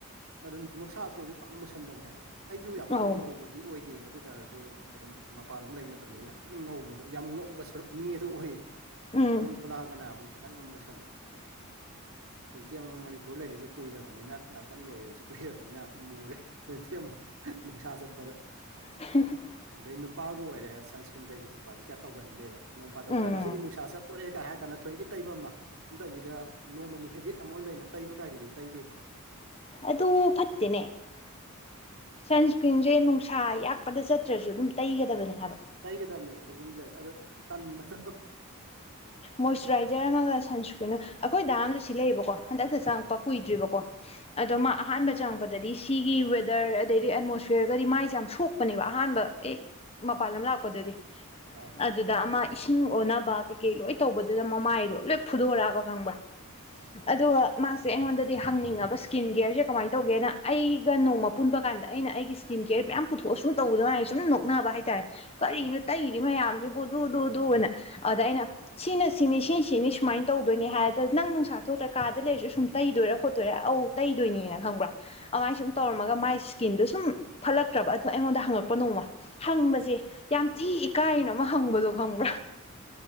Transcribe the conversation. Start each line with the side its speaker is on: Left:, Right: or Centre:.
Right: ꯑꯗꯨꯝ ꯅꯨꯡꯁꯥ ꯊꯣꯛꯑꯖꯨ ꯄꯥꯛꯅ ꯃꯨꯁꯟꯗꯕꯅꯦꯕ ꯑꯩꯖꯨ ꯌꯥꯝ ꯀꯟꯅ
Left: ꯑꯧ
Right: ꯉꯧꯕꯗꯤ ꯑꯣꯏꯗꯦ ꯑꯗꯨꯏ ꯇꯥꯔꯁꯨ ꯑꯗꯨꯝ ꯃꯄꯥꯟꯂꯣꯝ ꯂꯩ ꯃꯇꯝꯗꯗꯤ ꯌꯥꯝ ꯊꯤꯅ ꯉꯧꯕꯗꯣ ꯌꯥꯝ ꯉꯧꯕ ꯁꯔꯨꯛ ꯃꯤ ꯑꯗꯨ ꯑꯣꯏꯕ
Left: ꯎꯝ
Right: ꯌꯨꯝꯗ ꯊ‌ꯣꯛꯑꯒꯅ ꯃꯨꯛ ꯈꯤꯇꯪ ꯃꯨꯛ ꯃꯨꯁꯜꯂꯦ ꯍꯧꯖꯤꯛꯇꯤ ꯑꯃꯨꯛ ꯃꯅꯤꯄꯨꯔ ꯂꯩꯔꯛꯏꯖ‌ꯦ ꯀꯨꯏꯔꯕꯅꯤꯅ ꯂꯥꯏ ꯇꯝ ꯂꯣꯏꯔꯦꯁꯨ ꯀꯨꯏꯔꯕꯅꯤꯅ ꯃꯨꯔꯦ ꯍꯧꯖꯤꯛꯇꯤ ꯑꯃꯨꯛ ꯅꯨꯡꯁꯥ ꯆꯠꯄꯗ
Left: <unintelligible>
Right: ꯑꯗꯩ ꯅꯨꯄꯥꯒ ꯑꯣꯏꯔꯦ ꯁꯟꯁꯀ꯭ꯔꯤꯟ ꯇꯩꯕ ꯈꯣꯠꯄꯁꯦ ꯀꯌꯥ ꯇꯧꯒꯟꯗꯦꯕ ꯅꯣꯡ ꯐꯥꯗꯣꯛꯀꯥ
Left: ꯎꯝ
Right: ꯉꯁꯤꯗꯤ ꯅꯨꯡꯁꯥ ꯆꯠ ꯇꯣꯔ‌ꯦꯒ ꯍꯥꯏꯔꯀꯥꯟꯗ ꯊꯋ‌ꯣꯏꯀꯤ ꯇꯩꯕ ꯑꯃ ꯅꯠꯇꯕꯤꯗ ꯅꯣꯡꯃꯒꯤ ꯍꯦꯕꯤꯠ ꯑꯃ ꯂꯩꯅ ꯇꯩꯕ ꯀꯥꯏꯗꯨꯗꯤ ꯇꯩꯗꯦꯕ
Left: ꯑꯗꯨ ꯐꯠꯇꯦꯅꯦ ꯁꯟꯁꯀ꯭ꯔꯤꯟꯁꯦ ꯅꯨꯡꯁꯥ ꯌꯥꯛꯄꯗ ꯆꯠꯇ꯭ꯔꯁꯨ ꯑꯗꯨꯝ ꯇꯩꯒꯗꯕꯅꯦ ꯍꯥꯏꯕ
Right: ꯇꯩꯒꯗꯕꯅꯦꯕ ꯑꯗꯨ ꯌꯨꯝ ꯂꯩꯔ ꯑ ꯇꯟꯕꯗꯣ
Left: ꯃꯣꯏꯁꯆꯔꯥꯏꯖꯔ ꯑꯃꯒ ꯁꯟꯁꯀ꯭ꯔꯤꯟ ꯑꯩꯈꯣꯏ ꯗꯥꯝꯖꯨ ꯁꯤ ꯂꯩꯌꯦꯕꯀꯣ ꯍꯟꯗꯛꯇ ꯆꯉꯛꯄ
Right: ꯑꯥ
Left: ꯀꯨꯏꯗ꯭ꯔꯤꯕꯀꯣ ꯑꯗꯣ ꯃꯥ ꯑꯍꯥꯟꯕ ꯆꯪꯛꯄꯗꯗꯤ ꯁꯤꯒꯤ ꯋꯦꯗꯔ ꯑꯗꯩꯗꯤ ꯑꯦꯠꯃꯣꯁꯐꯤꯌꯔꯒꯗꯤ ꯃꯥꯏꯁꯦ ꯌꯥꯝ ꯁꯣꯛ ꯄꯅꯦꯕ ꯑꯍꯥꯟꯕ ꯑꯦ ꯃꯄꯥꯟ ꯂꯝ ꯂꯥꯛꯄꯗꯗꯤ
Right: ꯑꯥ
Left: ꯑꯗꯨꯗ ꯑꯃ ꯏꯁꯤꯡ ꯑꯣꯟꯅꯕ ꯀꯩꯀꯩ ꯂꯣꯏ ꯇꯧꯕꯗꯨꯗ ꯃꯃꯥꯏꯗꯣ ꯂꯣꯏ ꯐꯨꯗꯣꯔꯛꯑꯕ ꯈꯪꯕ꯭ꯔꯥ
Right: ꯑꯣ
Left: ꯑꯗꯨꯒ ꯃꯥꯁꯦ ꯑꯩꯉꯣꯟꯗꯗꯤ ꯍꯪꯅꯤꯡꯉꯕ ꯏꯁ꯭ꯀꯤꯟ ꯀꯦꯌꯔꯁꯦ ꯀꯃꯥꯏꯅ ꯇꯧꯒꯦꯅ ꯑꯩꯒ ꯅꯣꯡꯃ ꯄꯨꯟꯕ ꯀꯥꯟꯗ ꯑꯩꯅ ꯑꯩꯒꯤ ꯏꯁꯀꯤꯟ ꯀꯦꯌꯔ ꯃꯌꯥꯝ ꯄꯨꯊꯣꯛꯑ ꯁꯨꯝ ꯇꯧꯕꯗꯨꯗ ꯃꯥ ꯑꯩ ꯁꯨꯝ ꯅꯣꯛꯅꯕ ꯍꯥꯏꯇꯥꯔꯦ ꯀꯔꯤꯅꯣ
Right: ꯑꯥ
Left: ꯇꯩꯔꯤ ꯃꯌꯥꯝꯁꯤꯕꯨ ꯗꯨꯗꯨꯗꯨꯅ ꯑꯗ ꯑꯩꯅ ꯁꯤꯅ ꯁꯤꯅꯤ ꯁꯤ ꯁꯤꯅꯤ ꯁꯨꯃꯥꯏꯅ ꯇꯧꯗꯣꯏꯅꯤ ꯍꯥꯏꯗ ꯅꯪ ꯅꯨꯡꯁꯥꯊꯣꯛꯇ꯭ꯔ ꯀꯥꯗ ꯂꯩꯔꯁꯨ ꯁꯨꯝ ꯇꯩꯗꯣꯏꯔꯥ ꯈꯣꯠꯇꯣꯏꯔꯥ ꯑꯧ ꯇꯩꯗꯣꯏꯅꯤꯅ ꯈꯪꯕ꯭ꯔꯥ ꯑꯗꯨꯃꯥꯏ
Right: ꯎꯝ
Left: ꯁꯨꯝ ꯇꯧꯔ ꯃꯒ ꯃꯥꯏ ꯏꯁꯀꯤꯟꯗ ꯁꯨꯝ ꯐꯠꯂꯛꯇ꯭ꯔꯕ ꯑꯗꯨ ꯑꯩꯉꯣꯟꯗ ꯍꯪꯉꯛꯄ ꯅꯣꯡꯃ ꯍꯪꯕꯁꯦ ꯌꯥꯝ ꯊꯤ ꯏꯀꯥꯏꯅ ꯑꯃ ꯍꯪꯕꯗꯣ ꯈꯪꯕ꯭ꯔꯥ